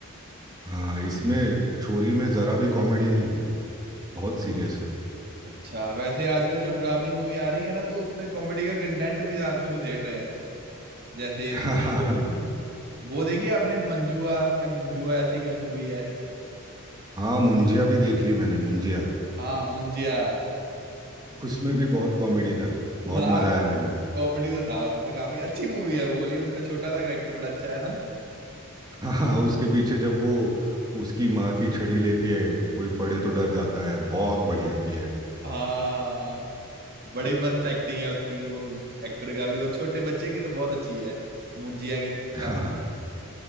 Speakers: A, on the right (about 20°); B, on the right (about 45°).
A: हाँ इसमें छोरी में ज़रा भी कॉमेडी नहीं है बहुत सीरियस है
B: अच्छा वैसे आजकल जो डरावनी मूवी आ रही है ना तो उसमें कॉमेडी का कंटेंट भी साथ में घुसेड़ रहे हैं जैसे ये
A: <laughs>
B: स्त्री हो गई वो देखी है आपने मंजुआ क्या मुंजुआ ऐसी कुछ मूवी है
A: हाँ मुंजिया भी देख ली मैंने मुंजिया
B: हाँ मुंजिया
A: उसमें भी बहुत कॉमेडी था बहुत
B: हाँ
A: मज़ा आया मुझे
B: कॉमेडी तो था उसमें काफी अच्छी मूवी है वो बोलिए उसका छोटा सा कैरेक्टर बड़ा अच्छा है ना
A: हाँ उसके पीछे जब वो उसकी माँ की छड़ी लेके कोई पड़े तो डर जाता है बहुत बढ़िया किया है
B: हाँ बड़ी मस्त एक्टिंग है उसकी वो एक्टर का भी और छोटे बच्चे की तो बहुत अच्छी है मुंजिया की खास
A: हाँ